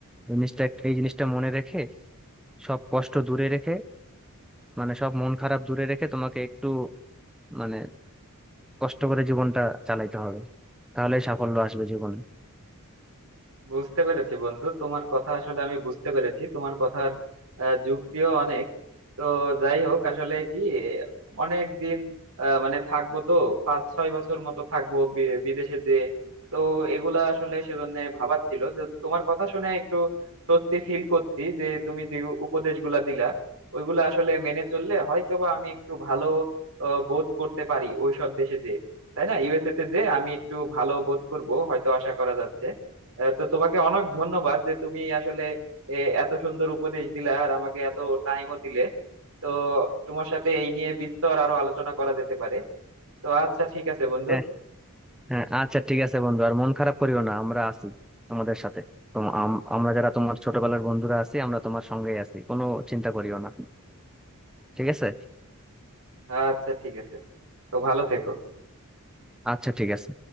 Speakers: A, in the centre; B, on the right.
A: জিনিসটা এই জিনিসটা মনে রেখে সব কষ্ট দূরে রেখে মানে সব মন খারাপ দূরে রেখে তোমাকে একটু মানে কষ্ট করে জীবনটা চালাইতে হবে তাহলে সাফল্য আসবে জীবনে
B: বুঝতে পেরেছি বন্ধু তোমার কথা আসলে আমি বুঝতে পেরেছি তোমার কথার আহ, যুক্তিও অনেক তো যাই হোক আসলে কি অনেক দিন আহ, মানে থাকবো তো পাঁচ ছয় বছর মতো থাকবো বি- বিদেশে যে তো এগুলা আসলে সেজন্য ভাবাচ্ছিল যে তোমার কথা শুনে একটু স্বস্তি ফিল করছি যে তুমি যে উপদেশগুলা দিলা ওইগুলা আসলে মেনে চললে হয়তো বা আমি একটু ভালো আহ, বোধ করতে পারি ওইসব দেশে যে তাই না ইউএসএ তে যে আমি একটু ভালো বোধ করব হয়তো আশা করা যাচ্ছে আহ, তো তোমাকে অনেক ধন্যবাদ যে তুমি আসলে এ, এত সুন্দর উপদেশ দিলা আর আমাকে এত টাইমও দিলে তো তোমার সাথে এই নিয়ে বিস্তর আরো আলোচনা করা যেতে পারে তো আচ্ছা ঠিক আছে বন্ধু
A: হ্যাঁ হ্যাঁ আচ্ছা ঠিক আছে বন্ধু আর মন খারাপ করিও না আমরা আছি তোমাদের সাথে তোম- আম- আমরা যারা তোমার ছোটবেলার বন্ধুরা আছি আমরা তোমার সঙ্গেই আছি কোনো চিন্তা করিও না ঠিক আছে
B: আচ্ছা ঠিক আছে তো ভালো থেকো
A: আচ্ছা ঠিক আছে